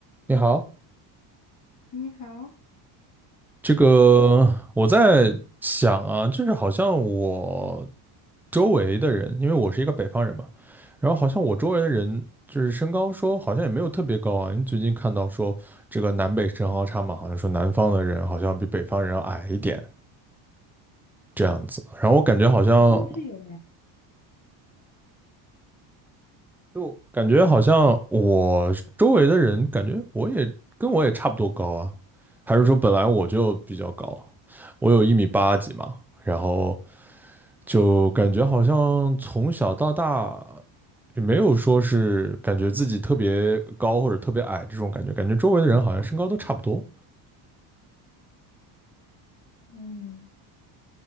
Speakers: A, in the centre; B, on the left (about 35°).
A: 你好，
B: 你好，好
A: 这个我在想啊，就是好像我周围的人，因为我是一个北方人嘛，然后好像我周围的人就是身高说好像也没有特别高啊，因为最近看到说这个南北身高差嘛，好像说南方的人好像比北方人要矮一点这样子，然后我感觉好像
B: 像是有哎，
A: 就感觉好像我周围的人感觉我也跟我也差不多高啊，还是说本来我就比较高，我有一米八几嘛，然后。就感觉好像从小到大也没有说是感觉自己特别高或者特别矮这种感觉，感觉周围的人好像身高都差不多。
B: 嗯，